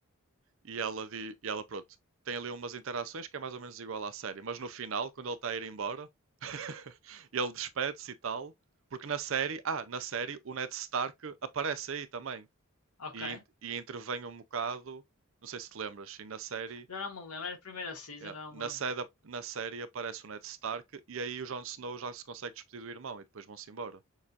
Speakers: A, on the right (about 60°); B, on the left (about 80°).
A: E ela, di- e ela, pronto, tem ali umas interações que é mais ou menos igual à série, mas no final, quando ele está a ir embora, <laughs> ele despede-se e tal, porque na série, ah, na série o Ned Stark aparece aí também
B: ok.
A: e, e intervém um bocado, não sei se te lembras, e na série,
B: Já não me lembro, era a primeira season,
A: yeah,
B: já não
A: na
B: me lembro.
A: série, na série aparece o Ned Stark e aí o Jon Snow já se consegue despedir do irmão e depois vão-se embora.